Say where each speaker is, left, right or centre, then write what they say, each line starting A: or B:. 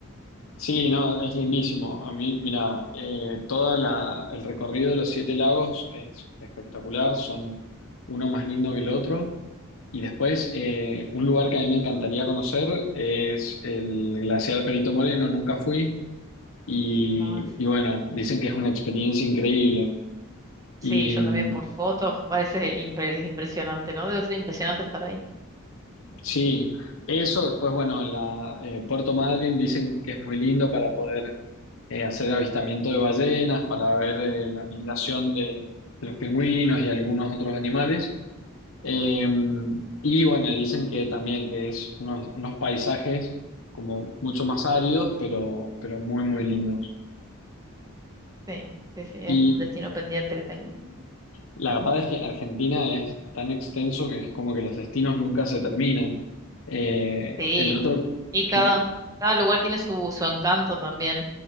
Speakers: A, on the left; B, on the right.
A: Sí, no, es lindísimo. A mí, mira, eh, toda la, el recorrido de los siete lagos es espectacular, son uno más lindo que el otro. Y después, eh, un lugar que a mí me encantaría conocer es el glaciar Perito Moreno, nunca fui. Y,
B: No, sí.
A: y bueno, dicen que es una experiencia increíble.
B: Sí,
A: Y
B: yo
A: mm,
B: también por fotos, parece impre- impresionante, ¿no? Debe ser impresionante estar ahí.
A: sí, eso, después, bueno, la, eh, Puerto Madryn dicen que es muy lindo para poder eh, hacer avistamiento de ballenas para ver eh, la migración de, de los pingüinos y algunos otros animales. Eh, y bueno, dicen que también que es unos, unos paisajes como mucho más áridos, pero, pero muy, muy lindos.
B: Sí, sí, sí, es
A: Y
B: un destino pendiente que tengo.
A: la verdad es que Argentina es tan extenso que es como que los destinos nunca se terminan. Eh,
B: Sí,
A: el otro
B: y cada,
A: que...
B: cada lugar tiene su, su encanto también.